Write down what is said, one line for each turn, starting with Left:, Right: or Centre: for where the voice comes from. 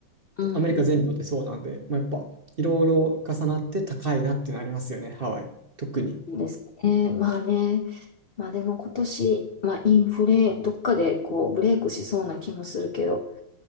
Left: うん。
Right: アメリカ全土でそうなんで、まあ、やっぱいろいろ重なって高いなっていうのありますよね、ハワイ。特に。
Left: そうですね。まあね。まあでも今年、まあインフレ、どっかでこうブレイクしそうな気もするけど、